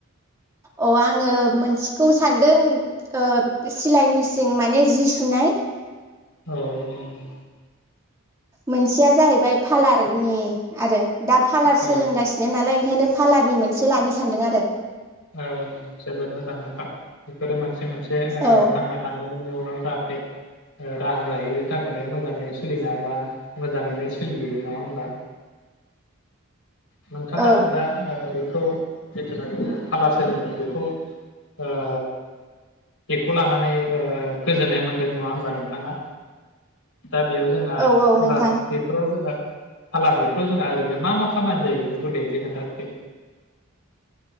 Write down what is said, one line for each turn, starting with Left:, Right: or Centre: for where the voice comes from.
Right: अ आङो मोनसेखौ सानदों ओ सिलाय मेसिन माने जि सुनाय
Left: औ औ।
Right: मोनसेया जाहैबाय पालारनि आरो दा पालार सोलोंगासिनो
Left: औ
Right: नालाय ओंखायनो फालारनि मोनसे लानो सानदों आरो।
Left: औ जोबोद मोजां खा बेफोरो मोनसे मोनसे बे
Right: औ
Left: ओ थांना थानाय इयुनाव जाहाथे राहा जायो बेनि थाखायनो मोजाङै सोलिनो हाबा मोजाङैनो सोलियो नङा होमबा? नोंथाङा
Right: औ
Left: दा ओ बेखौ बेखौ <unintelligible> फालार सोलोंदों बेखौ ओ बेखौ लानानै ओ गोजोननाय मोनदों नङा होनबा नोंथाङा? दा बेयाव जोंहा
Right: औ औ
Left: फालार
Right: नोंथां
Left: बेफोराव जोंहा फालार बेफ्राव जोंहा ओरैनो मा मा खामानि जायो बेफोरखौ दे इसे खोनथादो दे।